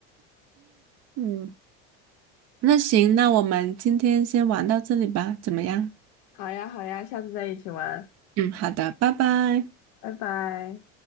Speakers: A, on the right; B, on the left.
A: 嗯，那行，那我们今天先玩到这里吧，怎么样？
B: <laughs> 好呀，好呀，下次再一起玩，
A: 嗯，好的，拜拜。
B: 拜拜。